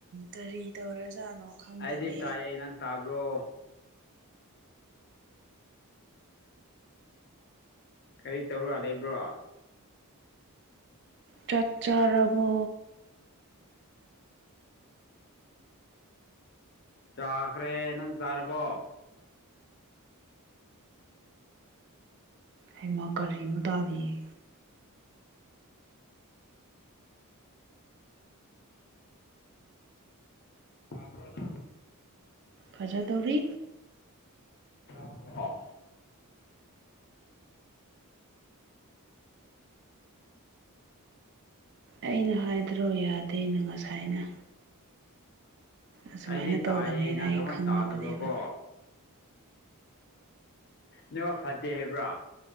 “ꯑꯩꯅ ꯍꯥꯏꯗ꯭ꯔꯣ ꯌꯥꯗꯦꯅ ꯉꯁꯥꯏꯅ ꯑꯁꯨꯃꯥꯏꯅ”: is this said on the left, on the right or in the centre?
Right